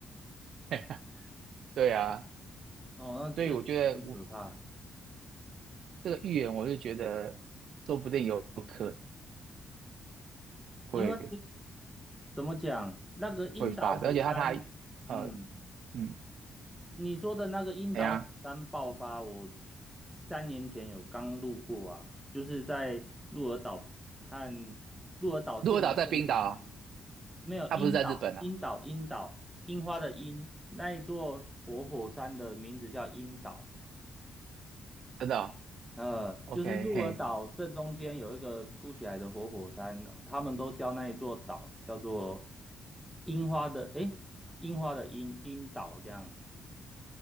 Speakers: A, on the right; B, in the centre.
A: <laughs> 对啊，
B: 哦，那确实有点可怕。
A: 所以我觉得我这个预言，我就觉得说不定有可能会
B: 因为怎么讲，那个樱岛火山，
A: 会发生，而且他他呃
B: 嗯，
A: 嗯，
B: 你说的那个樱岛火山爆发，
A: 哎呀。
B: 我去三年前有刚路过啊，就是在鹿儿岛和鹿儿岛县的正中间。
A: 鹿儿岛在冰岛啊，
B: 没有樱岛，
A: 它不是在日本啊，
B: 樱岛，樱岛，樱花的樱，那一座活火山的名字叫樱岛。
A: 真的哦。
B: 呃，
A: OK，
B: 就是鹿儿岛正中间有一个凸起来的活火山，
A: 嘿，
B: 他们都叫那一座岛叫做樱花的，诶，樱花的樱，樱岛这样。